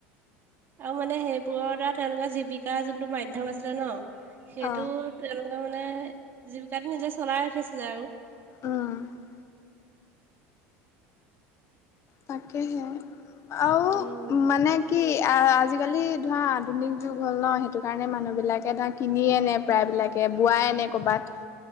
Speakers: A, on the right; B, on the left.
A: আৰু মানে সেইবোৰৰ দাৰা তেওঁলোকৰ জীৱিকা যোনটো মাধ্যম আছিলে ন' সেইটো
B: অ',
A: তেওঁলোকে মানে জীৱিকাটো নিজে চলাই ৰাখিছিলে আৰু।
B: অঁ। তাকেহে আৰু
A: উম
B: মানে কি আজিকালি ধৰা আধুনিক যুগ হ'ল ন' সেইটো কাৰণে মানুহবিলাকে ধৰা কিনি আনে প্ৰায়বিলাকে বোৱাই আনে ক'ৰবাত।